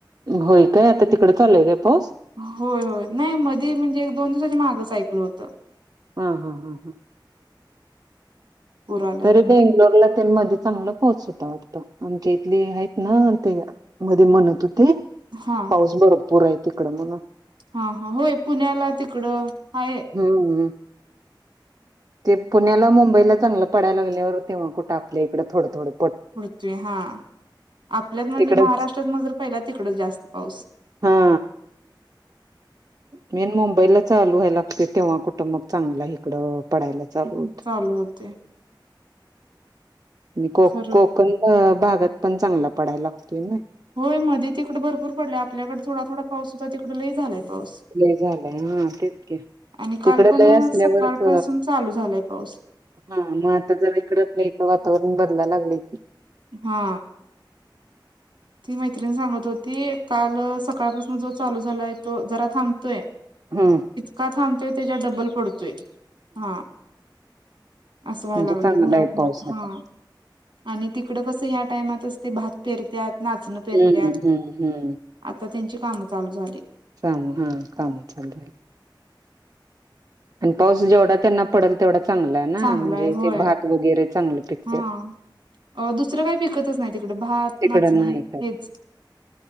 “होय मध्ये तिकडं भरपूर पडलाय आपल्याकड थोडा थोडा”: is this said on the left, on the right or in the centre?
Right